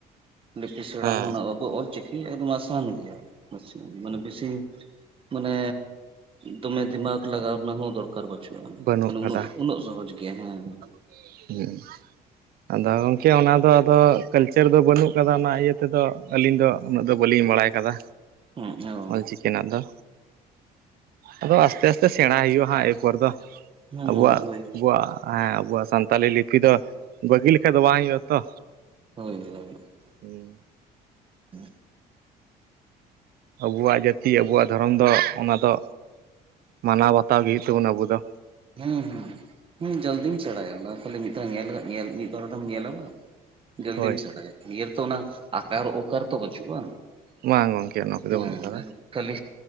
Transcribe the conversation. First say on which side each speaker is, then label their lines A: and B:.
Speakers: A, on the right; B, on the right.
A: ᱞᱯᱤ
B: ᱦᱮᱸ
A: ᱥᱮᱬᱟ ᱦᱚᱸ ᱟᱵᱚ ᱚᱞ ᱪᱤ ᱮᱠᱫᱚᱢ ᱟᱥᱟᱱ ᱜᱮᱭᱟ ᱢᱟᱱᱮ ᱵᱮᱥᱤ ᱢᱟᱱᱮ ᱫᱚᱢᱮ ᱫᱤᱢᱟᱠ ᱞᱟᱜᱟᱣ ᱨᱮᱱᱟᱜ ᱦᱚᱸ ᱫᱚᱨ ᱠᱟᱨ ᱵᱟᱹᱪᱩᱜᱼᱟ
B: ᱵᱟᱹᱱᱩᱜ
A: ᱟᱫᱚ
B: ᱠᱟᱫᱟ
A: ᱩᱱᱟᱹᱜ ᱩᱱᱟᱹᱜ ᱥᱚᱦᱚᱡ ᱜᱮᱭᱟ ᱦᱮᱸ᱾
B: ᱦᱩᱸ᱾ ᱟᱫᱚ ᱜᱚᱝᱠᱮ ᱚᱱᱟ ᱫᱚ ᱟᱫᱚ ᱠᱟᱹᱞᱪᱟᱨ ᱫᱚ ᱵᱟᱹᱱᱩᱜ ᱠᱟᱫᱟ ᱚᱱᱟ ᱤᱭᱟᱹ ᱛᱮ ᱫᱚ ᱟᱹᱞᱤᱧ ᱫᱚ ᱩᱱᱟᱹᱜ ᱫᱚ ᱵᱟᱹᱞᱤᱧ ᱵᱟᱲᱟᱭ ᱠᱟᱫᱟ
A: ᱦᱮᱸ ᱚ
B: ᱚᱞ ᱪᱤᱠᱤ ᱱᱟᱜ ᱫᱚ᱾ ᱟᱫᱚ ᱟᱥᱛᱮ ᱟᱥᱛᱮ ᱥᱮᱬᱟᱭ ᱦᱩᱭᱩᱜᱼᱟ ᱦᱟᱸᱜ ᱮᱨᱯᱚᱨ ᱫᱚ
A: ᱦᱩᱸ
B: ᱟᱵᱚᱣᱟᱜ
A: ᱦᱳᱭ
B: ᱟᱵᱚᱣᱟᱜ ᱦᱮᱸ ᱟᱵᱚᱣᱟᱜ ᱥᱟᱱᱛᱟᱞᱤ ᱞᱤᱯᱤ ᱫᱚ ᱵᱟᱹᱜᱤ ᱞᱮᱠᱟ ᱫᱚ ᱵᱟᱝ ᱦᱩᱭᱩᱜᱼᱟ ᱛᱚ᱾
A: ᱦᱳᱭ ᱦᱳᱭ᱾
B: ᱦᱩᱸ᱾
A: <unintelligible>
B: ᱟᱵᱚᱣᱟᱜ ᱡᱟᱹᱛᱤ ᱟᱵᱚᱣᱟᱜ ᱫᱷᱚᱨᱚᱢ ᱫᱚ ᱚᱱᱟ ᱫᱚ ᱢᱟᱱᱟᱣ ᱵᱟᱛᱟᱣ ᱜᱮ ᱦᱩᱭᱩᱜ ᱛᱟᱵᱚ ᱱᱟ ᱟᱵᱚ ᱫᱚ᱾
A: ᱦᱩᱸ ᱦᱩᱸ᱾ ᱦᱩᱸ ᱡᱟᱞᱫᱤᱢ ᱥᱮᱬᱟᱭᱟ ᱚᱱᱟ ᱠᱷᱟᱞᱤ ᱢᱤᱫ ᱫᱷᱟᱣ ᱧᱮᱞ ᱧᱮᱞ ᱢᱤᱫ ᱵᱟᱨ ᱫᱚᱢ ᱧᱮᱞᱟᱢ ᱵᱟᱝ ᱡᱚᱞᱫᱤᱢ
B: ᱦᱳᱭ
A: ᱥᱮᱬᱟᱭᱟ ᱤᱭᱟᱹ ᱛᱚ ᱚᱱᱟ ᱟᱠᱟᱨ ᱚᱠᱟᱨ ᱛᱚ ᱵᱟᱹᱪᱩᱜᱼᱟ᱾
B: ᱵᱟᱝ ᱜᱚᱝᱠᱮ ᱚᱱᱟ ᱠᱚᱫᱚ
A: ᱦᱮᱸ
B: ᱵᱟᱹᱱᱩᱜ ᱠᱟᱫᱟ
A: ᱠᱷᱟᱹᱞᱤ